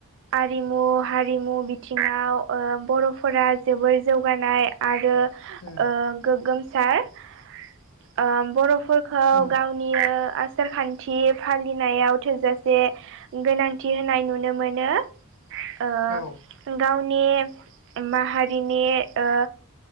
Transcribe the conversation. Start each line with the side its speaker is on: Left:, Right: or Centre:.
Right: हारिमु हारिमु बिथिङाव ओ बर'फोरा जोबै जौगानाय। आरो ओ
Left: उम
Right: गोगोमसार ओ बर'फोरखौ
Left: उम
Right: गाव। नियो आसार खान्थि फालिनायाव थोजासे। गोनांथि होनाय नुनो मोनो। ओ
Left: औ
Right: गावनि माहारिनिओ।